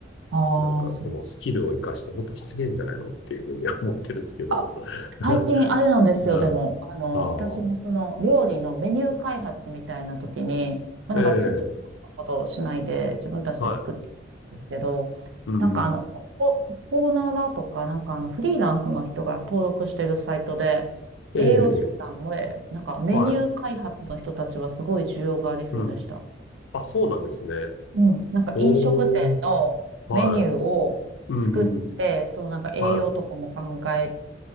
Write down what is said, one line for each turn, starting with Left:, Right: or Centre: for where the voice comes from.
Right: ああ、
Left: なんかそのスキルを活かしてもっと稼げるんじゃないのっていうふうには思ってるんですけど。
Right: そあ、
Left: <laughs>
Right: 最近あれなんですよ、
Left: うん。
Right: でも、あの、
Left: ああ、
Right: 私もその料理のメニュー開発みたいな時に、まあ、
Left: ええ、
Right: なんか手伝ったことをしないで自分たちで作ってるんですけど、
Left: はい。うんうん。
Right: なんかあの、ここ、ここならとか、なんかあの、フリーランスの人が登録してるサイトで、
Left: ええ、
Right: 栄養士さんの、なんかメニュー開発の人たちはすごい需要がありそうでした。
Left: はい。うん。あ、そうなんですね。
Right: うん。なんか飲食店のメニューを作って、
Left: おー。はい。うんうん。
Right: そのなんか栄養とかも考え
Left: はい。